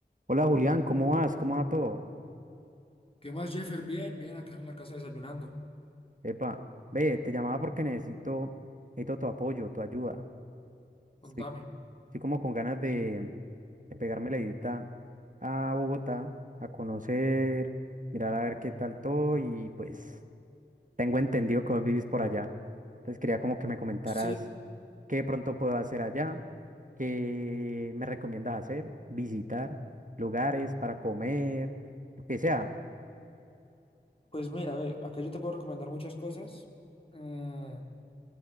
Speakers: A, on the right; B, on the left.
A: Hola Julián, ¿cómo vas? ¿Cómo va todo?
B: ¿Qué más, Jeffer? Bien, bien, acá en la casa desayunando.
A: Epa, ve, te llamaba porque necesito, necesito tu apoyo, tu ayuda.
B: Contame.
A: Estoy, estoy como con ganas de, de pegarme la edita a Bogotá, a conocer, mirar a ver qué tal todo y pues tengo entendido que vos vivís por allá. Entonces quería como que me comentaras
B: Sí,
A: qué de pronto puedo hacer allá, qué me recomiendas hacer, visitar lugares para comer, lo que sea.
B: pues mira, ve, acá yo te puedo recomendar muchas cosas. Mm,